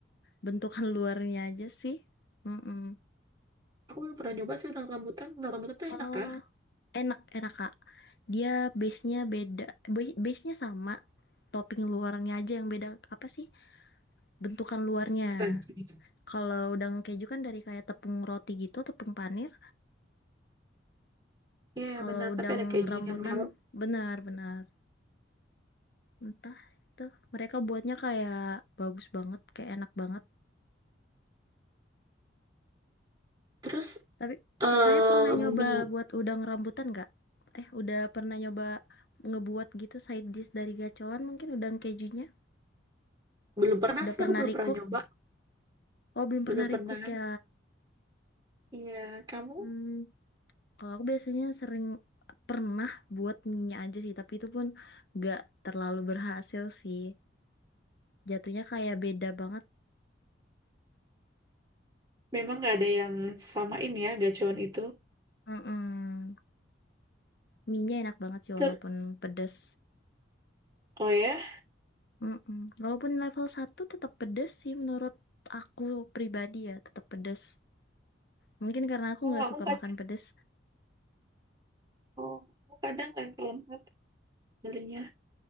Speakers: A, on the left; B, on the right.
A: bentukan <laughs> luarnya aja sih. Mm-mm.
B: Aku belum pernah nyoba sih udang rambutan. Udang rambutan tuh
A: Oh,
B: enak kan?
A: enak, enak, Kak. Dia base-nya beda. ba- Base-nya sama. Topping luarnya aja yang beda apa sih? Bentukan luarnya.
B: Keren sih.
A: Kalau udang keju kan dari kayak tepung roti gitu, tepung panir.
B: Iya
A: Kalau
B: benar,
A: udang
B: tapi ada kejunya
A: rambutan,
B: Mel.
A: benar-benar. Entah itu mereka buatnya kayak bagus banget, kayak enak banget.
B: Terus
A: Tapi
B: eh
A: kakaknya pernah nyoba
B: mie,
A: buat udang rambutan nggak? Eh, udah pernah nyoba ngebuat gitu side dish dari gacoan mungkin udang kejunya?
B: belum pernah
A: Udah
B: sih,
A: pernah
B: aku belum
A: recook?
B: pernah nyoba,
A: Oh, belum
B: belum
A: pernah
B: pernah.
A: recook ya.
B: Iya, kamu
A: Hmm, kalau aku biasanya sering pernah buat mie aja sih, tapi itu pun nggak terlalu berhasil sih. Jatuhnya kayak beda banget.
B: memang nggak ada yang samain ya gacuan itu.
A: Mm-mm. Mie-nya enak banget sih
B: Ter
A: walaupun pedas.
B: oh ya,
A: Mm-mm. Walaupun level satu tetap pedes sih menurut aku pribadi ya, tetap pedes. Mungkin karena aku
B: oh
A: nggak
B: aku
A: suka
B: kadang,
A: makan pedes.
B: oh aku kadang level empat belinya.